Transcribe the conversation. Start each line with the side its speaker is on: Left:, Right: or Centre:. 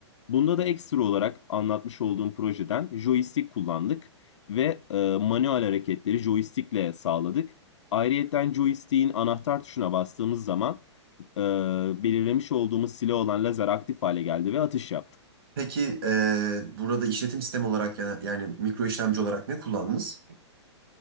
Left: Bunda da ekstra olarak anlatmış olduğum projeden joystick kullandık ve e, manuel hareketleri joystickle sağladık. Ayrıyeten joystick'in anahtar tuşuna bastığımız zaman e, belirlemiş olduğumuz silah olan lazer aktif hale geldi ve atış yaptı.
Right: Peki e, burada işletim sistemi olarak yani, yani mikro işlemci olarak ne kullandınız?